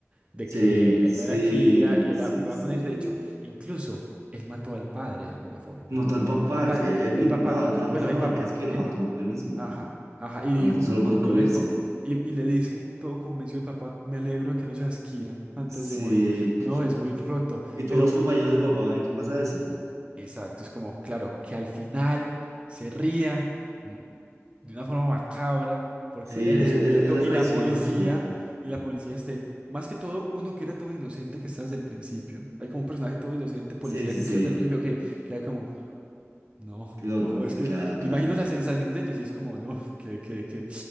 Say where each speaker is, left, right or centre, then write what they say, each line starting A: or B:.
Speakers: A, on the right; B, on the right.
A: de
B: Sí,
A: que él
B: sí,
A: no era Kira y él
B: sí,
A: ha- jugaba
B: sí.
A: con ellos, de hecho, incluso él mató al padre de alguna forma.
B: Mató al papá,
A: El padre,
B: sí, él, él mismo,
A: el papá,
B: no, de una
A: bueno,
B: forma
A: el
B: no,
A: papá,
B: él casi que lo
A: el,
B: mató
A: pa-
B: él mismo.
A: Ajá, ajá, y dijo,
B: Por, solo por
A: no
B: cubrirse.
A: le co- y, y le dice, todo convencido el papá, me alegro de que no seas Kira antes
B: Sí.
A: de morir. No, es muy roto,
B: Y todos
A: pero
B: los compañeros del papá, ¿en qué pasa eso?
A: exacto, es como, claro, que al final se ría mm, de una forma macabra porque
B: Sí,
A: lo hayan
B: es,
A: descubierto
B: es- es la
A: y
B: traición
A: la policía,
B: más absoluta.
A: y la policía esté, más que todo, uno que era todo inocente que está desde el principio. Hay como un personaje todo inocente, policía
B: Sí, sí,
A: que
B: sí.
A: está desde el principio que queda como, no,
B: Qué loco.
A: no, es que
B: Claro, claro.
A: me imagino la sensación de ellos y es como, no, que, que, que,